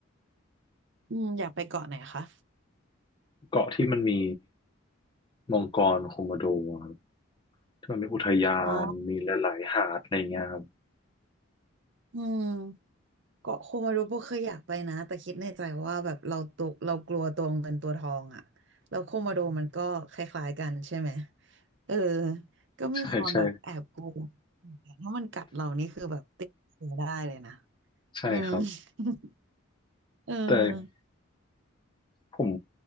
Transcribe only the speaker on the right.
อืมอยากไปเกาะไหนคะ
อ๋ออืม เกาะโคมารูโบเคยอยากไปนะแต่คิดในใจว่าแบบเราตัวเรากลัวตัวเงินตัวทองอ่ะแล้วโคมาโดมันก็คล้ายๆกันใช่ไหมเออก็มีความแบบแอบกลัว
ถ้ามันกัดเรานี่คือแบบติดเชื้อได้เลยนะ
อืม <laughs> เออ